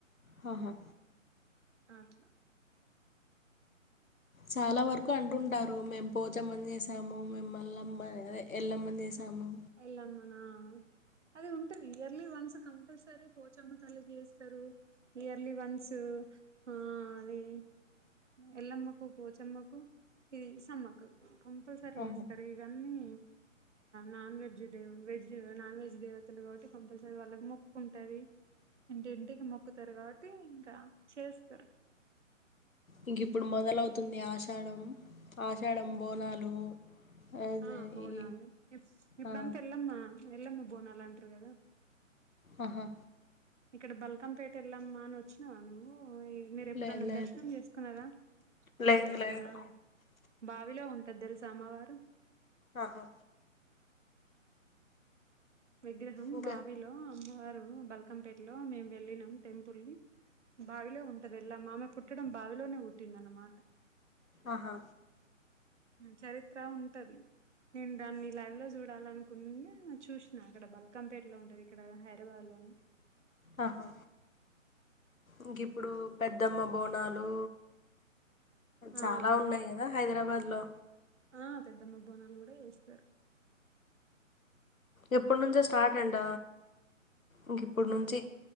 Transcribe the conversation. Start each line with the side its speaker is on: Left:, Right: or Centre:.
Left: హాహా
Right: ఆట్లా
Left: చాలా వరకూ అంటుంటారు మేం పోచమ్మని చేసాము మేం ఎల్లమ్మ అదే ఎల్లమ్మని చేసాము
Right: ఎల్లమ్మ నా ఔ అది ఉంటది ఇయర్లీ వన్స్ కంపల్సరీ పోచమ్మ తల్లి చేస్తరు ఇయర్లీ వన్సు ఆ అది ఎల్ల అమ్మకు పోచఅమ్మకు ఇది స అమ్మ అక్కకు కంపల్సరీ
Left: ఆహా
Right: ఎస్ స్తార్ ఇవ అన్నీ నాన్ వెజ్ దే వెజ్ నాన్ వెజ్ దేవతలు కాబట్టి కంపల్సరీ వాళ్ళకి మొక్కు ఉంట అది ఇంటి ఇంటికి మొక్కుతారు కాబట్టి ఇంకా చేస్తారు
Left: ఇంక ఇప్పుడు మొదలవుతుంది ఆషాఢం ఆషాఢం బోనాలు అదే
Right: ఆ బోనలు
Left: ఈ
Right: ఇప్పుడు
Left: ఆ
Right: అంతా వెళ్ళ అమ్మా వెళ్ళమ్మా బోనాలు అంట్రు కదా
Left: ఆహా
Right: ఇక్కడ బల్కంపేట వెళ్ళ అమ్మా అని వచ్చినావా నువ్వు ఓ మీరు ఎప్పుడ
Left: లేదు
Right: అన్నా
Left: లేదు
Right: దర్శనం చేసుకున్నారా
Left: లేదు
Right: చేయలేదా
Left: లేదు
Right: బావిలో ఉంట అది తెలుస అమ్మవారు
Left: ఆహా
Right: విగ్రహం
Left: ఇంకా
Right: బావిలో అమ్మవారు బల్ క్కంపేటలో మేము వెళ్ళినం టెంపుల్ బావిలో ఉంట అది ఎళ్లా అమ్మ పుట్టడం బావిలోనే పుట్టింది అన్నమాట
Left: ఆహా
Right: చరిత్ర ఉంట అది నేను దాన్ని లైవ్ లో చూడ్ డాల అనుకున్న చూసినా అక్కడ బల్కంపేటలో ఉంటది ఇక్కడ హైదరాబాద్ లోని
Left: ఆహా ఇంక ఇప్పుడు పెద్ద అమ్మ బోనాలు
Right: ఆ
Left: చాలా
Right: అవును
Left: ఉన్నాయి కదా హైదరాబాద్ లో
Right: ఆ పెద్ద అమ్మ బోనాలు కూడా చేస్తారు
Left: ఎప్పుడు నుంచో స్టార్ట్ అంట ఇంక ఇప్పుడు నుంచి